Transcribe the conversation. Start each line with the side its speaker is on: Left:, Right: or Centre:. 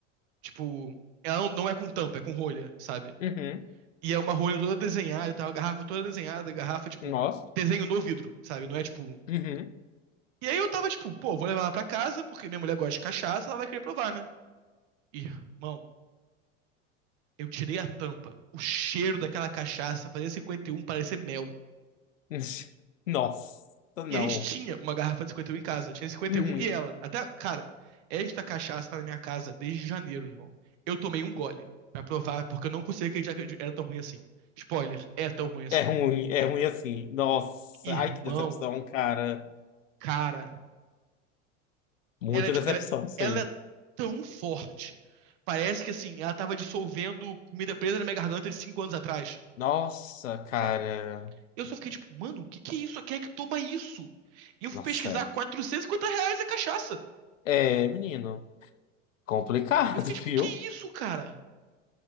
Right: Tipo, ela não, não é com tampa, é com rolha, sabe?
Left: uhum.
Right: E é uma rolha toda desenhada e tal, a garrafa toda desenhada, a garrafa, tipo,
Left: Nossa,
Right: desenho no vidro, sabe? Não é tipo.
Left: uhum.
Right: E aí eu tava tipo, pô, vou levar ela pra casa, porque minha mulher gosta de cachaça, ela vai querer provar, né? Irmão, eu tirei a tampa. O cheiro daquela cachaça fazia 51 parecer mel.
Left: <laughs> Nossa, não.
Right: E a gente tinha uma garrafa de 51 em casa. Tinha cinquenta
Left: Uhum.
Right: e um e ela. Até, cara, esta cachaça tá na minha casa desde janeiro, irmão. Eu tomei um gole pra provar, porque eu não conseguia acreditar que era tão ruim assim. Spoiler, é tão ruim assim.
Left: É ruim, é ruim assim. Nossa,
Right: Irmão,
Left: ai que decepção, cara.
Right: cara,
Left: Muita
Right: ela é tipo,
Left: decepção
Right: ela, é,
Left: isso
Right: ela
Left: aí.
Right: é tão forte. Parece que assim, ela tava dissolvendo comida presa na minha garganta de 5 anos atrás,
Left: Nossa, cara.
Right: sabe? Eu só fiquei tipo, mano, o que que é isso? Quem é que toma isso? E eu fui
Left: Nossa,
Right: pesquisar, 450 reais a cachaça.
Left: É, menino, complicado,
Right: E eu fiquei
Left: <laughs>
Right: tipo,
Left: viu?
Right: que isso, cara?